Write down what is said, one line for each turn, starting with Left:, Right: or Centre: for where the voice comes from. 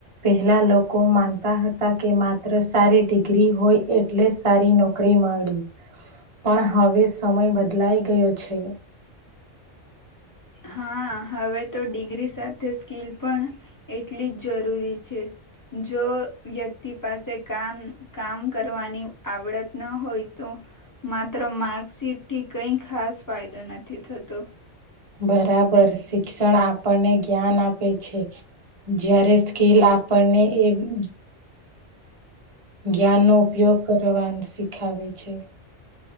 Right: પહેલા લોકો માનતા હતા કે માત્ર સારી ડિગ્રી હોય એટલે સારી નોક નોકરી મળી પણ હવે સમય બદલાઈ ગયો છે
Left: હા હવે તો ડિગ્રી સાથે સ્કીલ પણ એટલી જ જરૂરી છે જો વ્યક્તિ પાસે કામ કામ કરવાની આવડત ન હોય તો માત્ર માર્કશીટ થી કઈ ખાસ ફાયદો નથી થતો
Right: બરાબર શિક્ષણ આપણને જ્ઞાન આપે છે જ્યારે સ્કીલ પને એવી જ્ઞાનનો ઉપયોગ કરવાનું શીખાવે છે